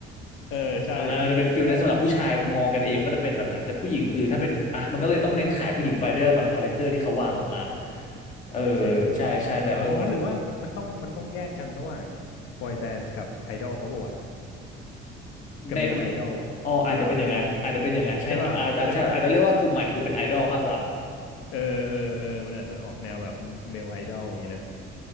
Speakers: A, on the left (about 80°); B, on the left (about 35°).
A: เออใช่
B: อ่ะมันอาจจะเป็นฟิลนั้นสำหรับผู้ชายมองกันเองมันก็จะเป็นแบบนั้นแต่ผู้หญิงคือถ้าเป็นอ่ะมันก็เลยต้องเน้นขายผู้หญิงไปด้วยแบบคาแรคเตอร์ที่เขาวางออกมา
A: ใช่
B: เออ
A: ก็จริงก็จริงอ๋อ
B: ใช่ใช่แต่เออมัน
A: หรือว่ามันมันต้องมันต้องแยกกันระหว่างบอยแบนด์กับไอดอลป่าววะกับเมลไอดอล
B: ในประเทศอ๋ออาจจะเป็นอย่างนั้นอาจจะเป็นอย่างนั้นใช่อาจจะใช่อาจจะเรียกว่ากลุ่มใหม่คือเป็นไอดอลมากกว่า
A: หรือว่าเออใช่ป่ะใช่ป่ะเออเออเออมันอาจจะออกแนวแบบเมลไอดอลอย่างนี้นะ